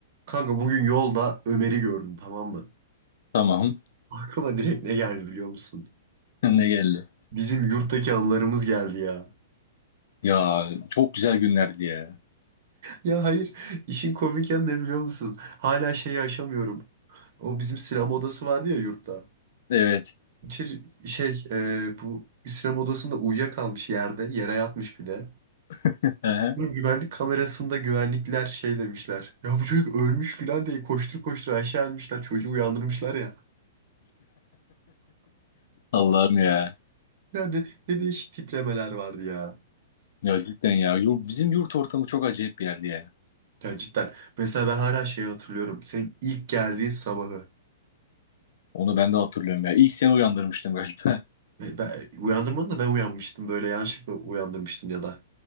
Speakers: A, on the right (about 50°); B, on the left (about 65°).
A: Kanka bugün yolda Ömer'i gördüm tamam mı?
B: Tamam. <laughs>
A: Aklıma direkt ne geldi biliyor musun?
B: Ne geldi?
A: Bizim yurttaki anılarımız geldi ya.
B: Ya çok güzel günlerdi ya.
A: Ya hayır işin komik yanı ne biliyor musun? Hala şeyi aşamıyorum. O bizim sinema odası vardı ya yurtta.
B: Evet.
A: İçeri, şey e, bu sinema odasında uyuyakalmış yerde yere yatmış bir de.
B: <laughs> Ehe.
A: Bu güvenlik kamerasında güvenlikler şey demişler. Ya bu çocuk ölmüş filan diye koştur koştur aşağı inmişler çocuğu uyandırmışlar ya.
B: Allah'ım ya.
A: Yani ne, ne değişik tiplemeler vardı ya.
B: Ya cidden ya. Yur- Bizim yurt ortamı çok acayip bir yerdi ya.
A: Ya cidden. Mesela ben hala şeyi hatırlıyorum. Senin ilk geldiğin sabahı.
B: Onu ben de hatırlıyorum ya. İlk seni uyandırmıştım galiba. <laughs>
A: Ve Ben, uyandırmadın da ben uyanmıştım. Böyle yanlışlıkla uyandırmıştın ya da.